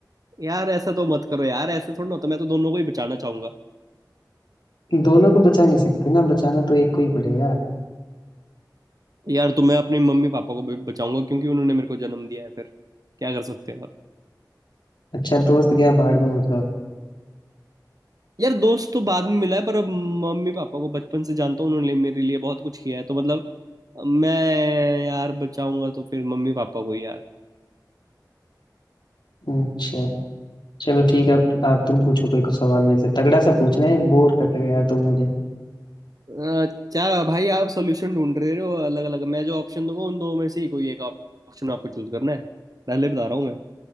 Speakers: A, on the right (about 55°); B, on the left (about 90°).
A: यार ऐसा तो मत करो यार ऐसे थोड़ा ना होता मैं तो दोनों को ही बचाना चाहूंगा
B: दोनों को बचा नहीं सकते ना बचाना तो एक को ही पड़ेगा
A: यार तो मैं अपनी मम्मी पापा को भी बचाऊंगा क्योंकि उन्होंने मेरे को जन्म दिया है फिर क्या कर सकते हैं और
B: अच्छा दोस्त गया बाढ़ में मतलब
A: यार दोस्त तो बाद में मिला है पर अब मम्मी पापा को बचपन से जानता हूँ उन्होंने मेरे लिए बहुत कुछ किया है तो मतलब मैं यार बचाऊंगा तो फिर मम्मी पापा को ही यार
B: अच्छा चलो ठीक है आप, आप तुम पूछो कोई को सवाल मेरे से तगड़ा सा पूछना है बोर कर रहे हो यार तुम मुझे
A: अच्छा भाई आप सोल्यूशन ढूंढ रहे हो अलग अलग मैं जो ऑप्शन दूंगा उन दो में से ही कोई एक ऑप्शन आपको चूज करना है पहले बता रहा हूँ मैं